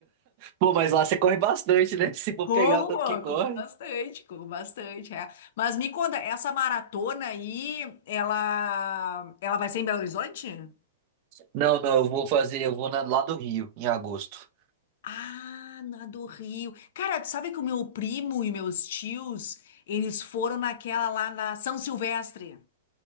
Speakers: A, on the right; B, on the left.
A: Pô, mas lá você corre bastante, né? <laughs> Se for
B: Corro,
A: pegar o tanto
B: pô,
A: que corre.
B: corro bastante, corro bastante, é. Mas me conta, essa maratona aí, ela, ela vai ser em Belo Horizonte?
A: Não, não, eu vou fazer, eu vou na- lá do Rio, em agosto.
B: Ah, na do Rio. Cara, tu sabe que o meu primo e meus tios, eles foram naquela lá na São Silvestre.